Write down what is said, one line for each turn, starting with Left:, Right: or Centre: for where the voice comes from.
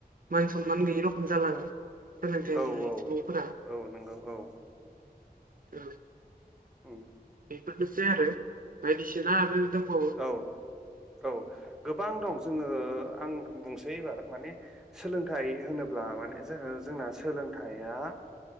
Right: मान सनमान गैयि रखम जालाङो सोलोंथाइ
Centre: औ
Right: गैयै
Centre: औ
Right: सुबुंफोरा
Centre: औ नंगौ औ
Right: औ
Centre: उम
Right: बेफोरनोसै आरो बायदिसिना आरो दंबावो
Centre: औ औ गोबां दं जोङो आं बुंसै एबार माने सोलोंथाइ होनोब्ला माने जोङो जोंना सोलोंथाइया